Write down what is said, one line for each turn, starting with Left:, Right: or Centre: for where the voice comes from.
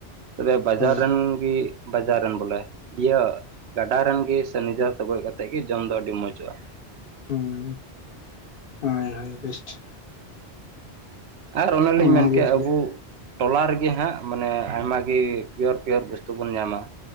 Right: ᱛᱚᱵᱮ ᱵᱟᱡᱟᱨ
Left: ᱦᱩᱸ
Right: ᱨᱮᱱ ᱜᱮ ᱵᱟᱡᱟᱨ ᱨᱮᱱ ᱵᱚᱞᱮ ᱤᱭᱟᱹ ᱜᱟᱰᱟ ᱨᱮᱱ ᱜᱮ ᱥᱮ ᱱᱤᱡᱮᱨᱛᱮ ᱜᱚᱡ ᱠᱟᱛᱮᱜ ᱜᱮ ᱡᱚᱢ ᱫᱚ ᱟᱹᱰᱤ ᱢᱚᱸᱡᱚᱜᱼᱟ ᱾
Left: ᱦᱳᱭ ᱦᱳᱭ ᱦᱳᱭ ᱵᱮᱥᱴ ᱾
Right: ᱟᱨ ᱚᱱᱟ
Left: ᱚᱱᱟᱜᱮ
Right: ᱞᱤᱧ ᱢᱮᱱ ᱠᱮᱜ
Left: ᱵᱷᱟᱹᱞᱤᱭᱟ
Right: ᱟᱵᱩ ᱴᱚᱞᱟ ᱨᱮᱜᱮ ᱦᱟᱸᱜ ᱢᱟᱱᱮ ᱟᱭᱢᱟ ᱜᱮ ᱯᱤᱭᱳᱨ ᱯᱤᱭᱳᱨ ᱵᱚᱥᱥᱛᱩ ᱵᱚᱱ ᱧᱟᱢᱟ ᱾